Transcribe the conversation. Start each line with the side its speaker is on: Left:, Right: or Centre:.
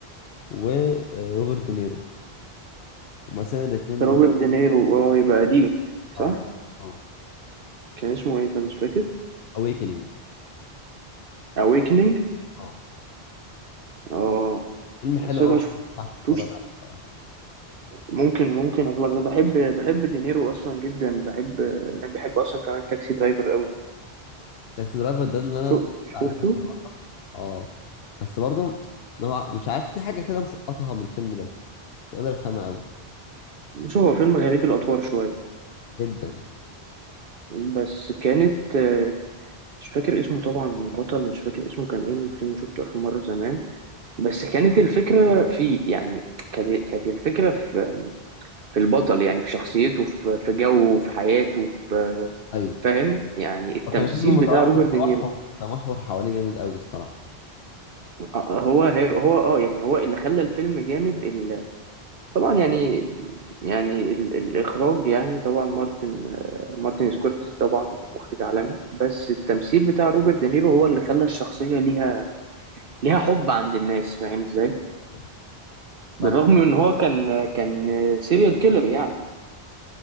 Left: وروبرت دينيرو ومثلا الاثنين
Right: روبرت دينيرو اه يبقى قديم
Left: اه
Right: صح
Left: اه
Right: كان اسمه إيه أنت مش فاكر
Left: اويكننج
Right: أويكنينج
Left: اه
Right: اه
Left: فيلم حلو
Right: بس أنا
Left: قوي
Right: مشفتوش
Left: برضه هتفرج عليه بصراحة
Right: ممكن ممكن أخلص أنا بحب بحب دينيرو أصلا جدا بحب يعني بحب أصلا كمان تاكسي درايفر أوي
Left: تاكسي درايفر ده اللي انا
Right: شو
Left: اتفرجت
Right: شفته
Left: عليه كذا مره اه بس برضه نوع مش عارف في حاجه كده مسقطها من الفيلم ده مش قادر افهمها قوي
Right: بص هو فيلم غريب الأطوار شوية
Left: جدا
Right: بس كانت آه، مش فاكر اسمه طبعا البطل مش فاكر اسمه كان ايه الفيلم شفته آخر مرة زمان بس كانت الفكرة فيه يعني كانت كانت الفكرة في في البطل يعني في شخصيته في في جوه في حياته في
Left: ايوه
Right: فاهم يعني التمثيل
Left: وكان فيلم متوحم
Right: بتاع روبرت
Left: متوحم
Right: دينيرو
Left: متمحور حواليه جامد قوي الصراحه
Right: آه، آه، هو هو اه يعني هو اللي خلى الفيلم جامد ال- طبعا يعني يعني ال- الإخراج يعني طبعا مارتن آه، مارتن سكورسيزي طبعا مخرج عالمي بس التمثيل بتاع روبرت دينيرو هو اللي خلى الشخصية ليها ليها حب عند الناس فاهم ازاي
Left: أيوة. صح
Right: بالرغم من ان هو كان كان سيريال كيلر يعني